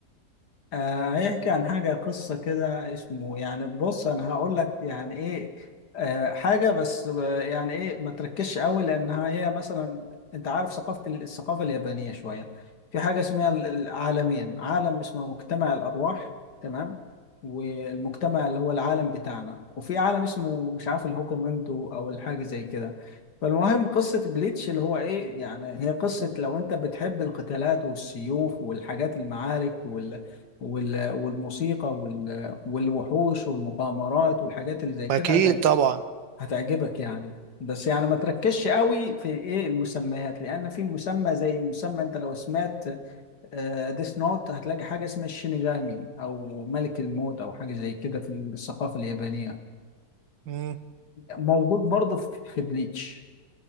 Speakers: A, on the left; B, on the right.
A: آه يحكي عن حاجة قصة كده اسمه يعني بص أنا هقول لك يعني إيه آه حاجة بس آه، يعني إيه ما تركزش قوي لأنها هي مثلا أنت عارف ثقافة ال- الثقافة اليابانية شوية في حاجة اسمها ال- ال- عالميا عالم اسمه مجتمع الأرواح تمام والمجتمع اللي هو العالم بتاعنا وفي عالم اسمه مش عارف الهوكومندو أو الحاجة زي كده فالمهم قصة بليتش اللي هو إيه يعني هي قصة لو أنت بتحب القتالات والسيوف والحاجات المعارك وال- والموسيقى وال- والوحوش والمغامرات والحاجات اللي زي كده
B: اكيد
A: هتعج-
B: طبعا
A: هتعجبك يعني بس يعني ما تركزش قوي في ايه المسميات لان في مسمى زي مسمى انت لو سمعت ديث نوت هتلاقي حاجه اسمها الشينيغامي او ملك الموت او حاجه زي كده في الثقافه اليابانيه
B: مم.
A: موجود برضه في في بليتش